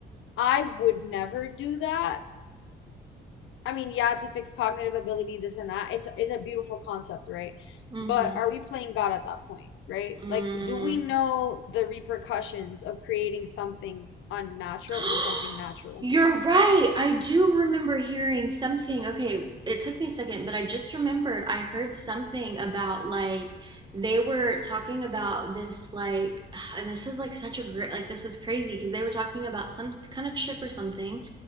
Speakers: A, on the left; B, on the right.
A: I would never do that I mean, yeah, to fix cognitive ability, this and that. It's it's a beautiful concept, right?
B: Mhm.
A: But are we playing God at that point, right?
B: Mm.
A: Like, do we know the repercussions of creating something unnatural
B: <gasps>
A: in something natural?
B: You're right. I do remember hearing something. Okay, it took me a second, but I just remembered I heard something about like they were talking about this like <sighs> and this is like such a great like this is crazy because they were talking about some kind of chip or something